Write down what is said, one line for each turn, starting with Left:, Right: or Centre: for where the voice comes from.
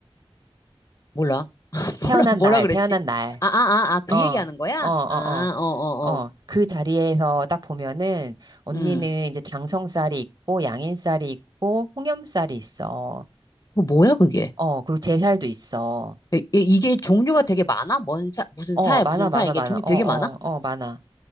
Left: 몰라. <laughs>
Right: 태어난
Left: 뭐라, 뭐라
Right: 날,
Left: 그랬지?
Right: 태어난 날.
Left: 아, 아, 아, 아, 그
Right: 어, 어,
Left: 얘기하는 거야?
Right: 어,
Left: 아, 어, 어,
Right: 어, 어.
Left: 어.
Right: 그 자리에서 딱 보면은 언니는
Left: 음.
Right: 이제 장성살이 있고, 양인살이 있고, 홍염살이 있어.
Left: 그 뭐야, 그게?
Right: 어, 그리고 제살도 있어.
Left: 이- 이- 이게 종류가 되게 많아? 뭔 사, 무슨
Right: 어,
Left: 살,
Right: 많아,
Left: 무슨
Right: 많아,
Left: 살, 이게
Right: 많아.
Left: 종류
Right: 어,
Left: 되게
Right: 어,
Left: 많아?
Right: 어, 많아.